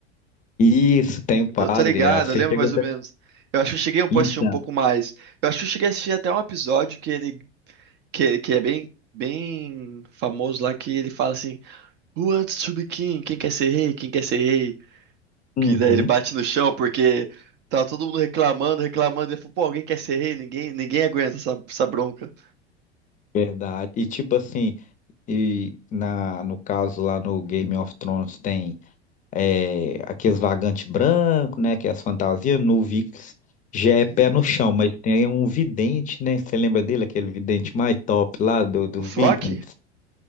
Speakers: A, on the left (about 25°); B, on the right (about 30°).
A: isso, tem o padre,
B: Eu tô ligado,
A: ah, você
B: eu lembro
A: chegou
B: mais
A: até.
B: ou menos. Eu acho que eu cheguei a
A: Então,
B: assistir um pouco mais. Eu acho que eu cheguei a assistir até um episódio que ele, que, que é bem, bem famoso lá, que ele fala assim: Who wants to be king? Quem quer ser rei? Quem quer ser rei?
A: uhum,
B: Que daí ele bate no chão porque tava todo mundo reclamando, reclamando. Ele falou, pô, alguém quer ser rei? Ninguém, ninguém aguenta essa, essa bronca.
A: verdade. E tipo assim, E na, no caso lá no Game of Thrones tem é, aqueles vagantes brancos, né? Que é as fantasias. No Vikings já é
B: Uhum.
A: pé no chão, mas tem um vidente, né? Você lembra dele, aquele vidente mais top lá do, dos
B: O Flock?
A: Vikings?